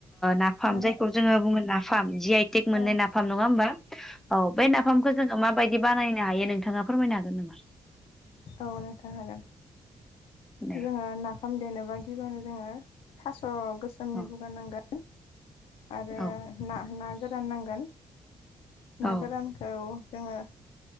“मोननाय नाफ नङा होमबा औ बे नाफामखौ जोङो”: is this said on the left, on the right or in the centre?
Centre